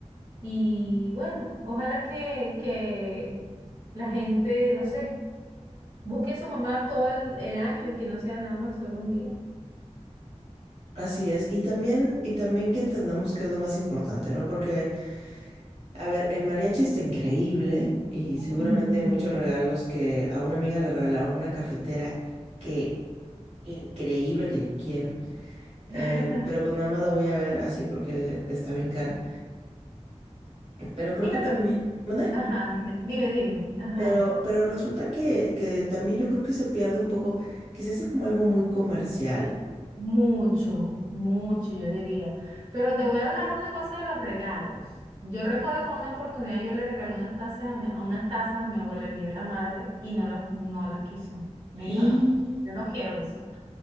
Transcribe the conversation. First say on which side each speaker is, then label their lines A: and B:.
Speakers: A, on the right; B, on the right.
A: Y bueno, ojalá que, que la gente, no sé, busque a su mamá todo el, el año y que no sea nada más solo un día.
B: Así es, y también, y también que entendamos que es lo más importante, ¿no? Porque A ver, el mariachi está increíble y
A: Mm,
B: seguramente hay muchos regalos que a una amiga le regalaron una cafetera que increíble que yo quiero. Em,
A: <laughs>
B: pero pues nada más la voy a ver así porque está bien cara. Pero creo
A: Mira,
B: que también,
A: pero,
B: ¿mande?
A: ajá, dime, dime, dime, ajá.
B: Pero, pero resulta que, que también yo creo que se pierde un poco, que se hace como algo muy comercial.
A: Mucho, mucho, yo diría. Pero te voy a hablar una cosa de los regalos. Yo recuerdo con una oportunidad yo le regalé unas tazas a, mi- a unas tazas a mi abuela el Día de la Madre y no las, no las quiso. Me
B: <gasps>
A: dijo, no, yo no quiero eso.